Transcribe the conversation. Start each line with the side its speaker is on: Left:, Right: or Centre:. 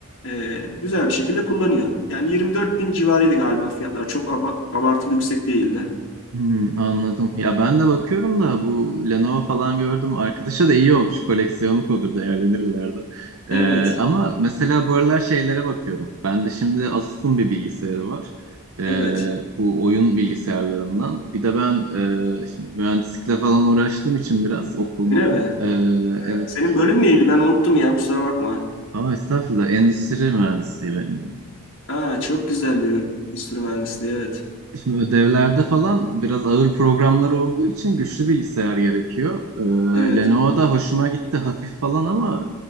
Left: E, güzel bir şekilde kullanıyor. Yani 24 bin civarıydı galiba fiyatlar. Çok aba- abartılı yüksek değildi.
Right: Hmm, anladım. Ya ben de bakıyorum da bu Lenovo falan gördüm. Arkadaşa da iyi olmuş. Koleksiyonluk olur değerlenir ileride. Ee,
Left: Evet,
Right: ama mesela bu aralar şeylere bakıyorum. Ben de şimdi Asus'un bir bilgisayarı var. Ee,
Left: evet.
Right: bu oyun bilgisayarlarından. Bir de ben e, şimdi mühendislikle falan uğraştığım için biraz okul mokul.
Left: Öyle mi?
Right: Ee, evet.
Left: Senin bölüm neydi? Ben unuttum ya kusura bakma.
Right: Ama estağfurullah endüstri mühendisliği benim.
Left: Aa, çok güzel bir bölüm. Endüstri mühendisliği, evet.
Right: Şimdi ödevlerde falan biraz ağır programlar olduğu için güçlü bilgisayar gerekiyor. Ee,
Left: Evet,
Right: Lenovo'da hoşuma gitti hafif falan ama